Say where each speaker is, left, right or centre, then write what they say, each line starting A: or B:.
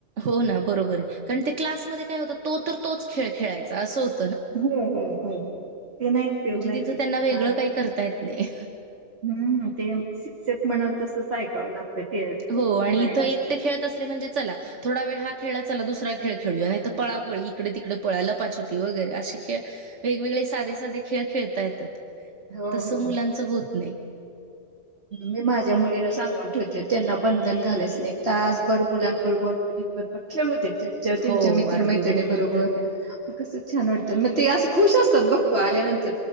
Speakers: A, on the right; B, on the right.
A: हो ना बरोबरे कारण ते क्लासमध्ये काय होत. तो तर तोच खेळ खेळायचा अस होत.
B: हो हो हो हो. ते नाही उपयोग
A: म्हणजे
B: नाही
A: तिथं
B: ते
A: त्यांना वेगळं
B: हा.
A: काही करता येत नाही.
B: हम्म ते. म्हणाल तसंच ऐकावं लागतं. ते
A: हो आणि
B: गाईड
A: इथं
B: असते
A: एकटे खेळत असले म्हणजे चला थोडा वेळ हा खेळा चला दुसरा खेळ खेळूया
B: हो
A: नाही त पळापळी. तिकडे तिकडे पळा. लपाछोपी वगैरे असे खेळ. वेगवेगळे साधे साधे खेळ खेळता येतात.
B: हो
A: तस
B: हो हो.
A: मुलांच होत नाही.
B: मी माझ्या मुलीला सांगून ठेवते. त्यांना बंधन घालायचं नाही तासभर मुलांबरबर मुलीन बरबर खेळू देत. त्यांच्या त्यांच्या
A: हो,
B: मित्र
A: अगदी
B: मैत्रिणी बरोबर
A: आहे तर काय.
B: म कस छान वाटतं. मग ते असं खुश असतात बघ. तो आल्यानंतर